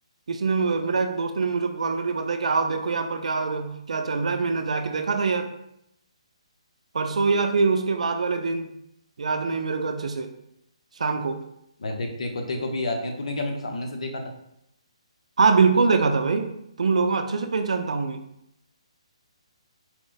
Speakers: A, on the right; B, on the left.
A: किसी ने मेरा एक दोस्त ने मुझे कॉल करके बताया कि आओ देखो यहाँ पर क्या क्या चल रहा है मैंने जाके देखा था यार परसों या फिर उसके बाद वाले दिन याद नहीं मेरे को अच्छे से शाम को
B: मैं देख तेरे को तेरे को भी आती है तूने क्या मेरे को सामने से देखा था
A: हाँ बिल्कुल देखा था भाई तुम लोगों को अच्छे से पहचानता हूँ मैं